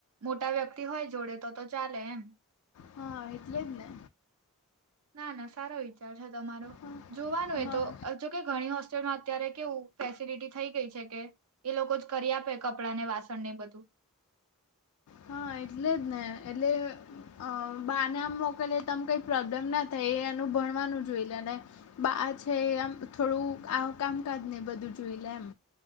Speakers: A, on the right; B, on the left.
A: મોટા વ્યક્તિ હોય જોડે તો તો ચાલે એમ.
B: હા એટલે જ ને.
A: ના ના સારો વિચાર છે તમારો.
B: હા
A: જોવાનું એ
B: હા
A: તો અ જોકે ઘણી હોસ્ટેલમાં અત્યારે કેવું ફેસિલિટી થઈ ગઈ છે કે એ લોકો જ કરી આપે કપડાં ને વાસણ ને એ બધું.
B: હા એટલે જ ને એટલે અ અ બાને આમ મોકલીએ આમ કઈ પ્રોબ્લેમ ના થાય એ એનું ભણવાનું જોઈ લે ને બા છે એ આમ થોડું આ કામકાજ ને બધું જોઈ લે એમ.